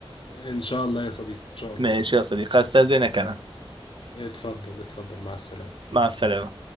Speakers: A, on the left; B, on the right.
A: ان شاء الله يا صديقي ان شاء الله
B: ماشي يا صديقي استاذنك انا
A: اتفضل اتفضل مع السلامة
B: مع السلامه